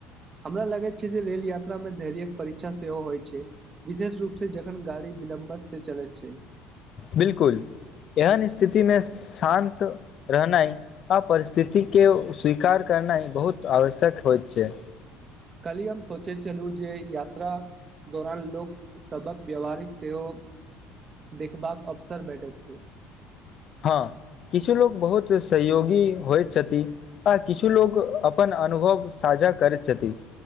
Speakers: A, on the right; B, on the left.
A: हमरा लगैत छै जे रेल यात्रा मे धैर्य्यक परीक्षा सेहो होइ छै विशेष रूप से जखन गाड़ी विलम्ब से चलैत छै
B: बिलकुल एहन स्थिति में शान्त रहनाइ आ परिस्थिति के स्वीकार करनाइ बहुत आवश्यक होइत छै
A: काल्हि हम सोचै छलू जे यात्रा दौरान लोक सबहक व्यवहारिक सेहो देखबाक अवसर भेठैत छै
B: हँ किछु लोक बहुत सहयोगी होइत छथि आ किछु लोक अपन अनुभव साझा करैत छथि